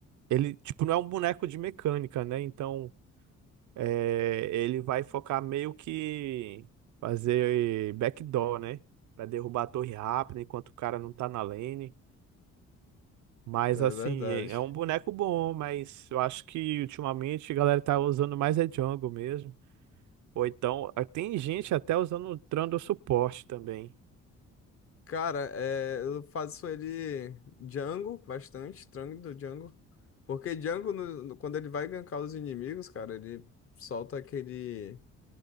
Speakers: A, on the right; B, on the left.
A: ele, tipo, não é um boneco de mecânica, né? Então, é, ele vai focar meio que fazer backdoor, né? Pra derrubar a torre rápido enquanto o cara não tá na lane. Mas,
B: É
A: assim,
B: verdade.
A: é é um boneco bom, mas eu acho que ultimamente a galera tá usando mais é jungle mesmo. Ou então, ah, tem gente até usando o Trando suporte também.
B: Cara, é, eu faço ele Django bastante, Trang do Django. Porque Django, no- no- quando ele vai gankar os inimigos, cara, ele solta aquele,